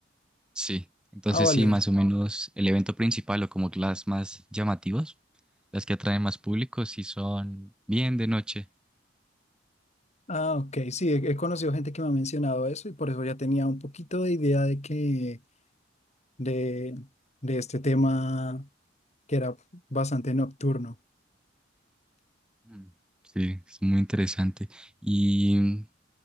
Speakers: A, in the centre; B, on the left.
A: Sí, entonces
B: Ah, vale.
A: sí, más o menos el evento principal o como que las más llamativas, las que atraen más público, sí son bien de noche.
B: Ah, ok, sí, he, he conocido gente que me ha mencionado eso y por eso ya tenía un poquito de idea de que de, de este tema que era bastante nocturno.
A: Mm, Sí, es muy interesante. Y